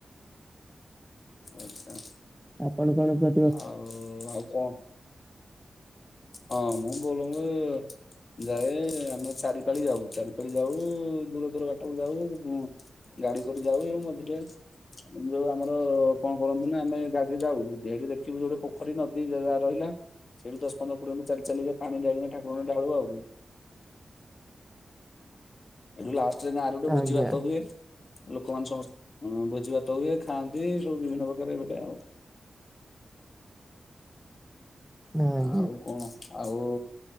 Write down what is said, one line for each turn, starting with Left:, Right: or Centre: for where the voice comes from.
Left: ଆଚ୍ଛା।
Centre: ଆପଣ କଣ କର
Left: ଆଉ ଆଉ କଣ? ହଁ ମୁ ବୋଲ୍ବମ୍ ଯାଏ ଆମେ ଚାରିପାଳି ଯାଉ। ଚାରିପାଳି ଯାଉ ଦୂର ଦୂର ବାଟକୁ ଯାଉ। ହୁଁ ଗାଡି କରି ଯାଉ ଆଉ ମଝିରେ। ଏ ଯୋଉ ଆମର କଣ କରନ୍ତି ନା ଆମେ ଗାଡିରେ ଯାଉ ଯେଉଠି ଦେଖିବୁ ପୋଖରୀ ନଦୀ ଯେ ଯାହା ରହିଲା ସେଠୁ ଦଶ ପନ୍ଦର କୋଡ଼ିଏ ମିନିଟ୍ ଚାଲି ଚାଲିକି ପାଣି ଯାଇଁକି ଠାକୁରଙ୍କୁ ଢାଳୁ ଆଉ। ଲାଷ୍ଟ ରେ ଗାଁ ରେ
Centre: ଆଜ୍ଞା
Left: ଭୋଜି ଭାତ ହୁଏ। ଲୋକମାନେ ସମସ୍ତେ ଭୋଜି ଭାତ ହୁଏ, ଖାଆନ୍ତି ସବୁ ବିଭିନ୍ନ ପ୍ରକାର ଏଇ ଭାଲିଆ ଆଉ।
Centre: ଆଜ୍ଞା
Left: ଆଉ କଣ ଆଉ